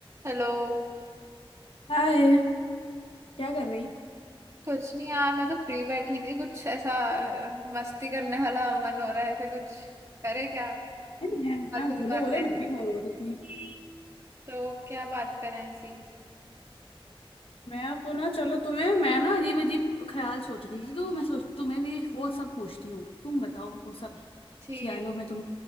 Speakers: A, on the right; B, on the left.
A: Hello
B: हाय क्या कर रही
A: कुछ नहीं यार मैं तो फ्री बैठी थी कुछ ऐसा अ, मस्ती करने वाला मन हो रहा है ऐसा कुछ करे क्या
B: नहीं है
A: फालतू
B: हाँ
A: की
B: बोलो
A: बात
B: बोलो
A: है
B: मैं भी बोर हो रही थी
A: तो क्या बात करें ऐसी
B: मैं तो ना चलो तुम्हें मैं ना अजीब अजीब ख्याल सोच रही थी तो मैं सोच तुम्हें भी वो सब पूछती हूँ तुम बताओ वो सब
A: ठीक
B: ख्यालों
A: है ठीक
B: में तुम